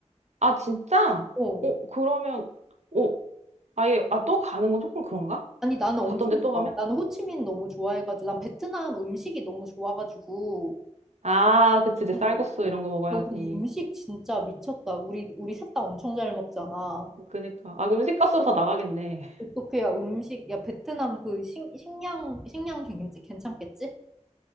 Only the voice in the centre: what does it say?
어.
아니, 나는
엄청
좋아.
나는 호치민 너무 좋아해가지고, 난 베트남 음식이 너무 좋아가지고,
그런
것도 좋아.
야,
우리 음식 진짜 미쳤다. 우리, 우리 셋 다 엄청 잘 먹잖아.
어떻게
야 음식 야 베트남 그 식, 식량 식량 괜찮- 괜찮겠지?